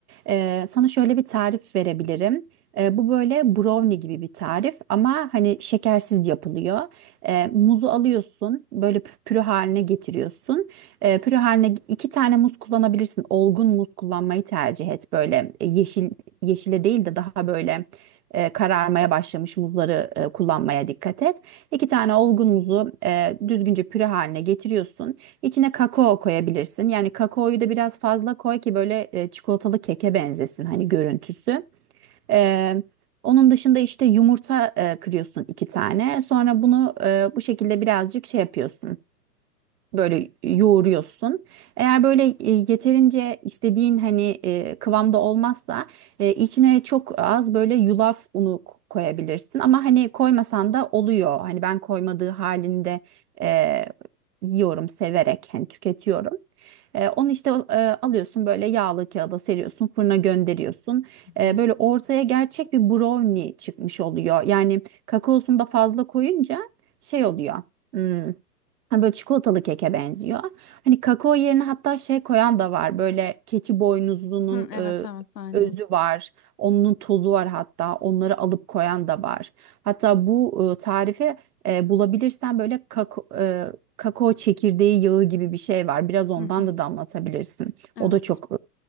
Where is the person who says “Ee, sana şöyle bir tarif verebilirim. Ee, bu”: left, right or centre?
Right